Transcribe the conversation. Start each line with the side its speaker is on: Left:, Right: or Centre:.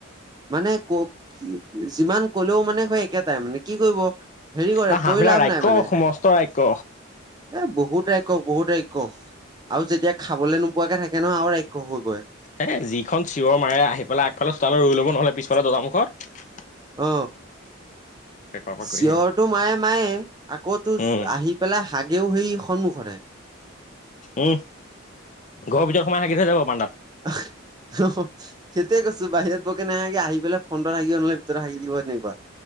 Right: মানে ক যিমান কলেও মানে সেই একেটাই মানে কি কৰিব হেৰি কৰে
Left: অ হাঁহবিলাক
Right: কৈ লাভ
Left: ৰাক্ষ
Right: নাই মানে
Left: সমস্ত ৰাক্ষ
Right: এ বহুত ৰাইক্ষক বহুত ৰাইক্ষক আৰু যেতিয়া খাবলে নোপোৱাকে থাকে নহয় আৰু ৰাক্ষ হৈ গৈ
Left: এ যিখন চিঞৰ মাৰে আহি পেলাই আগফালে চোতালত ৰৈ ল'ব নহ'লে পিছফালে দৰ্জা মুখত
Right: অ
Left: পাক পাক
Right: চিঞৰটো
Left: কৰি থাকিব
Right: মায়ে মায়ে আকৌ তো
Left: উম
Right: আহি পেলাই হাগেও সেই সন্মুখতে
Left: উম ঘৰৰ ভিতৰত সোমাই হাগি থৈ যাব বাৰান্দাত
Right: আ হুম হুম সেইটোৱেই কৈছো বাহিৰত বৰকে নাহাগে আহি পেলাই ফণ্টত হাগিব নহলে ভিতৰত হাগি দিব তেনেকুৱা